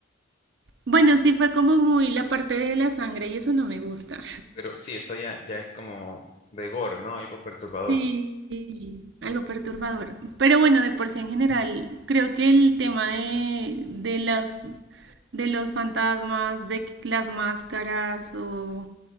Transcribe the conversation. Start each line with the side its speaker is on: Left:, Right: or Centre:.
Right: Bueno, sí fue como muy la parte de la sangre y eso no me gusta.
Left: Pero sí, eso ya, ya es como de gore, ¿no? Algo perturbador.
Right: Sí, algo perturbador. Pero bueno, de por sí en general, creo que el tema de, de las, de los fantasmas, de que las máscaras, o